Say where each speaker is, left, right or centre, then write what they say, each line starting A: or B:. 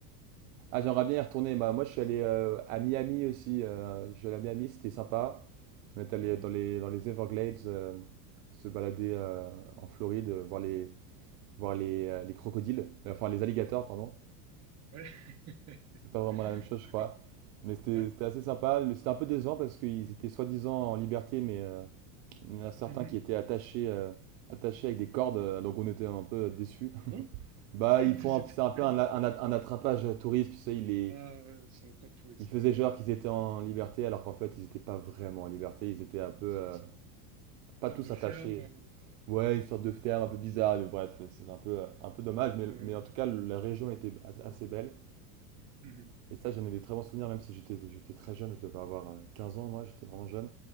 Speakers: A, on the right; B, on the right.
A: Ah, j'aimerais bien y retourner. Bah, moi, je
B: Trade
A: suis allé
B: Center.
A: euh, à Miami aussi. euh, je suis allé à Miami, c'était sympa. On est
B: D'accord.
A: allé dans les, dans les Everglades, euh, se balader euh, en Floride, euh, voir les, voir les,
B: Ah,
A: euh, les crocodiles, euh, enfin les alligators, pardon.
B: Ouais. <laughs>
A: C'est pas vraiment la même chose, je
B: D'accord.
A: crois. Mais c'était
B: Ouais.
A: c'était assez sympa. Le- C'était un peu décevant parce qu'ils
B: Mhm.
A: étaient soi-disant en liberté, mais euh, il y en a certains
B: Mhm.
A: qui étaient attachés, euh, attachés avec des cordes, euh, donc on était un peu déçus. <laughs>
B: Ah bon?
A: Bah,
B: <laughs>
A: ils
B: Ah,
A: font,
B: tu sais,
A: un-
B: t'es
A: c'est un
B: encore.
A: peu un, a- un a- un attrapage touriste, tu sais, ils les,
B: Ah, ouais, ça va pas de touriste.
A: Ils faisaient
B: ouais, ouais.
A: genre qu'ils étaient en liberté, alors qu'en fait, ils n'étaient pas vraiment en liberté. Ils étaient un peu,
B: C'est
A: euh,
B: Une sorte, euh, une
A: pas
B: sorte
A: tous
B: de ferme.
A: attachés.
B: euh,
A: Ouais, une sorte de ferme un peu bizarre, mais bref, c'est un peu, euh, un peu dommage. Mais,
B: ouais.
A: mais en tout cas, la région était a- assez belle.
B: Mhm.
A: Et ça, j'en ai des très bons souvenirs, même si j'étais, j'étais très jeune. Je devais avoir euh, 15 ans, moi, j'étais vraiment jeune.